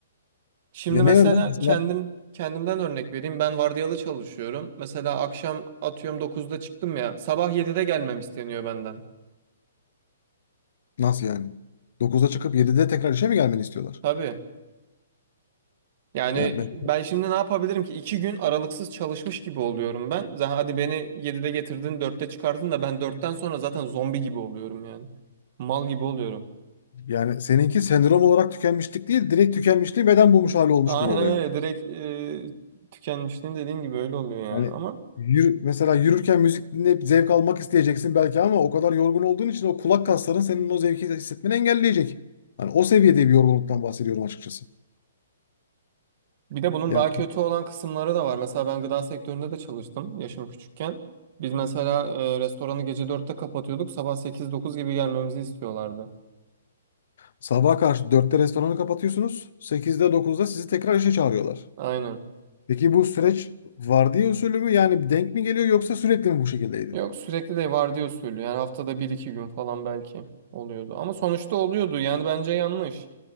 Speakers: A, on the right (about 45°); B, on the left (about 65°).
A: Şimdi
B: ya
A: mesela
B: ne yönden mesela
A: kendim kendimden örnek vereyim. Ben vardiyalı çalışıyorum. Mesela akşam atıyorum dokuzda çıktım ya. Sabah 7'de gelmem isteniyor benden.
B: nasıl yani? Dokuzda çıkıp yedide tekrar işe mi gelmeni istiyorlar?
A: Tabii. Yani
B: Ya ben-
A: ben şimdi ne yapabilirim ki? İki gün aralıksız çalışmış gibi oluyorum ben. Zaten hadi beni 7'de getirdin, dörtte çıkardın da ben dörtten sonra zaten zombi gibi oluyorum yani. Mal gibi oluyorum.
B: yani seninki sendrom olarak tükenmişlik değil, direkt tükenmişliği beden bulmuş hali olmuş
A: Aynen
B: gibi oluyor.
A: öyle direkt e, tükenmişliğin dediğin gibi öyle oluyor yani
B: Yani
A: ama
B: yürü, mesela yürürken müzik dinleyip zevk almak isteyeceksin belki ama o kadar yorgun olduğun için o kulak kasların senin o zevki hissetmeni engelleyecek. Hani o seviyede bir yorgunluktan bahsediyorum açıkçası.
A: bir de bunun
B: Ya
A: daha kötü olan kısımları da var. Mesela ben gıda sektöründe de çalıştım yaşım küçükken. Biz mesela e, restoranı gece dörtte kapatıyorduk sabah sekiz dokuz gibi gelmemizi istiyorlardı.
B: sabaha karşı dörtte restoranı kapatıyorsunuz. sekizde dokuzda sizi tekrar işe çağırıyorlar.
A: Aynen.
B: Peki bu süreç vardiya usulü mü yani denk mi geliyor yoksa sürekli mi bu şekildeydi?
A: Yok sürekli de vardiya usulü yani haftada bir iki gün falan belki oluyordu. Ama sonuçta oluyordu yani bence yanlış.